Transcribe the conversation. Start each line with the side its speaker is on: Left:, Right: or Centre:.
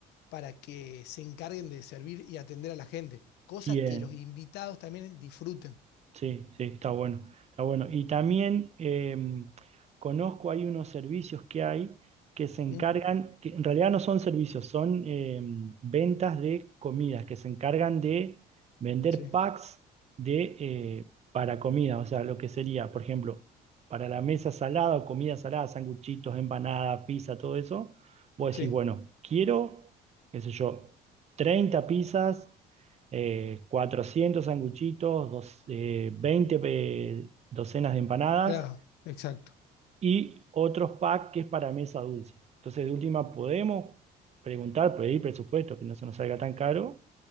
Left: para que se encarguen de servir y atender a la gente, cosa
Right: bien.
Left: que los invitados también disfruten.
Right: Sí, sí, está bueno, está bueno. Y también eh, conozco, hay unos servicios que hay que se encargan,
Left: Mm,
Right: que en realidad no son servicios, son eh, ventas de comidas, que se encargan de vender
Left: sí,
Right: packs de, eh, para comida, o sea, lo que sería, por ejemplo, para la mesa salada o comida salada, sanguchitos, empanada, pizza, todo eso, vos
Left: sí.
Right: decís, bueno, quiero, qué sé yo, 30 pizzas eh, 400 sanguchitos, dos- eh, 20 pe- docenas de empanadas
Left: Claro, exacto.
Right: y otros packs que es para mesa dulce. Entonces, de última, podemos preguntar, pedir presupuesto, que no se nos salga tan caro,